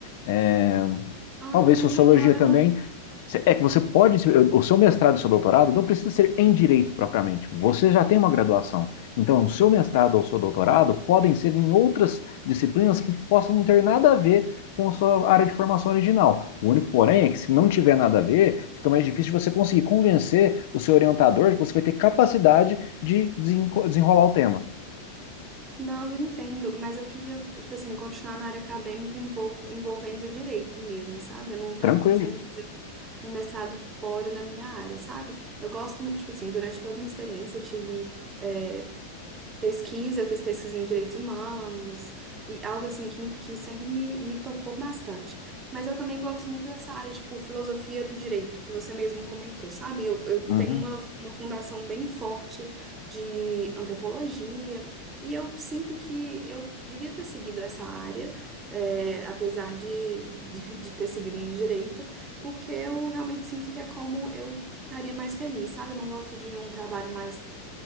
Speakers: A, on the left (about 50°); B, on the right (about 20°).
A: é,
B: Ah,
A: Talvez sociologia
B: legal, eu
A: também.
B: não...
A: É que você pode, o seu mestrado e seu doutorado não precisa ser em direito propriamente. Você já tem uma graduação. Então, o seu mestrado ou o seu doutorado podem ser em outras disciplinas que possam não ter nada a ver com a sua área de formação original. O único, porém, é que se não tiver nada a ver, fica mais difícil você conseguir convencer o seu orientador que você vai ter capacidade de desenrolar o tema.
B: Não, eu entendo, mas eu queria, tipo assim, continuar na área acadêmica envol- envolvendo direito mesmo, sabe? Eu não tava
A: Tranquilo.
B: pensando em fazer um um mestrado fora da minha área, sabe? Eu gosto, tipo assim, durante toda a minha experiência, eu tive é, pesquisa, eu fiz pesquisa em direitos humanos, e algo assim que, que sempre me, me tocou bastante. Mas eu também gosto muito dessa área, tipo, filosofia do direito, que você mesmo comentou, sabe? Eu, eu
A: Uhum,
B: tenho uma, uma fundação bem forte de antropologia, e eu sinto que eu devia ter seguido essa área, é, apesar de, de, de ter seguido no direito, porque eu realmente sinto que é como eu ficaria mais feliz, sabe? Eu não gosto de um trabalho mais